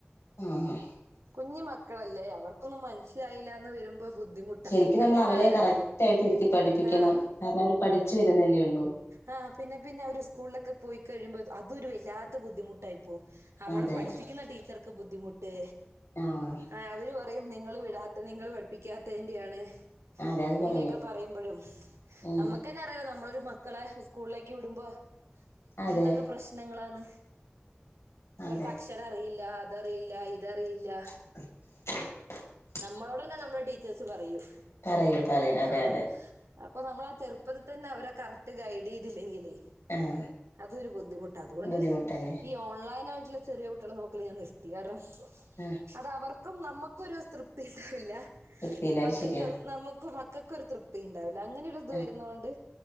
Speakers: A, on the left; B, on the right.
A: ആ ആ.
B: കുഞ്ഞി മക്കളല്ലേ ഒന്നും മനസ്സിലായിലാന്ന് വരുമ്പോ ബുദ്ധിമുട്ടാ
A: ശരിക്കും
B: പിന്നെ
A: നമ്മൾ
B: പിന്നെ അവരെ
A: കറക്റ്റ് ആയിട്ട് ഇരുത്തി പഠിപ്പിക്കണം
B: ആ.
A: കാരണം അവര് പഠിച്ചു വരുന്നല്ലേ ഒള്ളൂ.
B: ആ പിന്നെ പിന്നെ അവര് ഉസ്കൂളിലൊക്കെ പോയി കഴിയുമ്പോ അതൊരു വല്ലാത്ത ബുദ്ധിമുട്ടായി പോവും അവിടെ
A: അതെ
B: പഠിപ്പിക്കുന്ന ടീച്ചർക്ക് ബുദ്ധിമുട്ട്
A: ആഹ്
B: ആ അവര് പറയും നിങ്ങള് വിടാത്ത നിങ്ങള് പഠിപ്പിക്കാത്തയ്ന്റയാണ്.
A: അതെ അത്
B: അങ്ങനെയൊക്കെ
A: പറയും
B: പറയുമ്പോഴും
A: ഉം
B: ന്നമ്മക്കന്നെ അറിയല്ലോ നമ്മളരു മക്കളെ ഉസ്കൂളിലേക്ക് വിടുമ്പോ
A: അതെ
B: എന്തൊക്കെ പ്രശ്നങ്ങളന്ന്. അവർക്ക്
A: അതെ
B: അക്ഷരം അറിയില്ല അതറിയില്ല ഇതറിയില്ല.
A: <inaudible>
B: നമ്മളോട് തന്ന നമ്മളെ ട്ടീ ചേഴ്സ് പറയും
A: പറയും പറയും അതെ
B: ആ
A: അതെ
B: അപ്പ നമ്മളാ ചെറുപ്പത്തിൽ തന്നെ അവരെ കർറ്റ് ഗൈഡ് ചെയ്തില്ലെങ്കിലേ
A: ആഹ്
B: അതൊരു ബുദ്ധിമുട്ടാ അതുകൊണ്ട്
A: ബുദ്ധിമുട്ടന്നെ
B: ഈ ഓൺലൈനായിട്ടുള്ള ചെറിയ കുട്ട്യളെ നോക്കല് ഞാൻ നിർത്തി കാരണം
A: ആഹ്
B: അത് അവർ നമ്മുക്കൊരു തൃപ്തി ണ്ടാവില്ല
A: വൃത്തിയില്ല
B: മക്കക്ക്
A: അത് ശരിയാ
B: നമുക്കു മക്കക്കൊരു തൃപ്തിണ്ടാവില്ല. അങ്ങനെരു ഇത്
A: ആഹ്
B: വരുന്നോണ്ട്